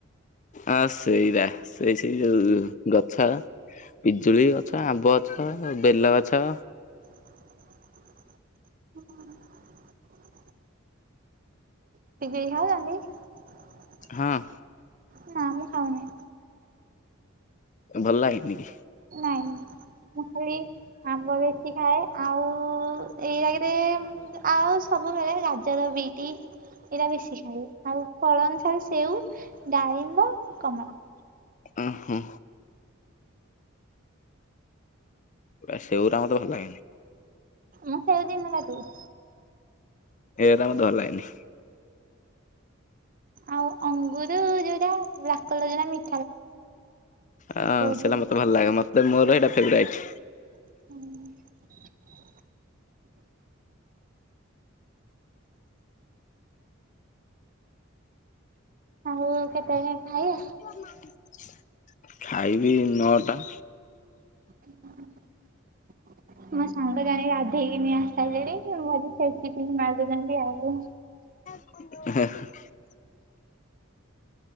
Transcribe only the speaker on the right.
ହୁଁ। <unintelligible>
ନା ମୁଁ ଖାଉନି।
ନାଇଁ। ମୁଁ ଖାଲି ଆମ୍ବ ବେଶୀ ଖାଏ ଆଉ ଏଇ ଆଗେରେ ଆଉ ସବୁବେଳେ ଗାଜର, ବିଟି ଏଇଟା ବେଶୀ ଖାଏ ଆଉ ଫଳ ଅନୁସାରେ ସେଉ ଡାଳିମ୍ବ କମଳା।
ମୁଁ ସେଇଦିନ କାଟିବି।
ଆଉ ଅଙ୍ଗୁରୁ ଯୋଉଟା ବ୍ଲାକଲର ଯୋଉଟା ମି
ଯୋଉ
ହୁଁ। ଆଉ କେତେବେଳେ ଖାଇବା?
<unintelligible> ମୋ ସାଙ୍ଗ ରାଣୀ ଗାଧେଇକି ନିଆ ସାଇଲେଣି <unintelligible> ମାଗୁଚନ୍ତି ଆଉ